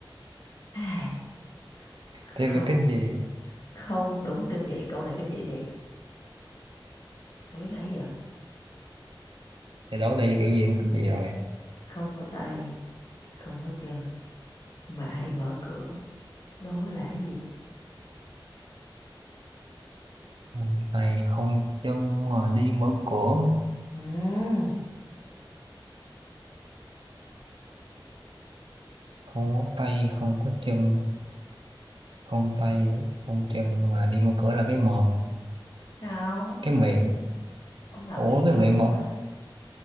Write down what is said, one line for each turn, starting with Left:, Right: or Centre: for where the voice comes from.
Left: Ai, Không
Right: tiếp là kinh dị
Left: không đúng kinh dị câu này kinh dị thiệt sao biết hay giờ
Right: thì đổ đi kiểu gì cũng kinh dị rồi
Left: không có tay không có chân mà hay mở cửa đố là cái gì
Right: Không tay không chân mà đi mở cửa
Left: ừ
Right: không có tay không có chân không tay không chân mà đi mở cửa là cái mồm
Left: không
Right: cái miệng
Left: ông ngậm
Right: ủa
Left: miệng
Right: cái
Left: vô
Right: miệng
Left: cái ổ
Right: mà
Left: khóa